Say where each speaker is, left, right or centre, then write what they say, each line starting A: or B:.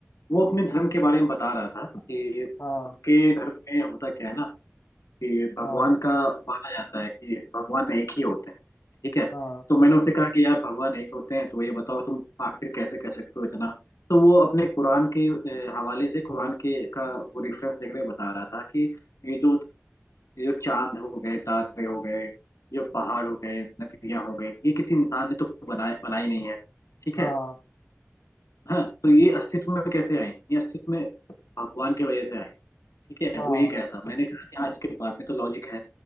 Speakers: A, on the left; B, on the left.
A: वो अपने धर्म के बारे में बता रहा था कि
B: हाँ
A: उनके धर्म में होता क्या है ना कि भगवान
B: हाँ
A: का माना जाता है कि भगवान एक ही होते हैं ठीक है
B: हाँ
A: तो मैंने उसे कहा कि यार भगवान एक होते हैं तो ये बताओ तुम आखिर कैसे कह सकते हो इतना तो वो अपने कुरान के अ, हवाले से कुरान के का वो रेफरेंस देख के बता रहा था कि ये जो ये जो चांद हो गए तारे हो गए ये पहाड़ हो गए नदियां हो गई ये किसी इंसान ने तो बनाए बनाई नहीं है ठीक
B: हाँ
A: है हाँ तो ये अस्तित्व में कैसे आई ये अस्तित्व में भगवान की वजह से आई ठीक है
B: हाँ
A: वो ये कहता मैंने कहा कि हाँ इसके बात में तो लॉजिक है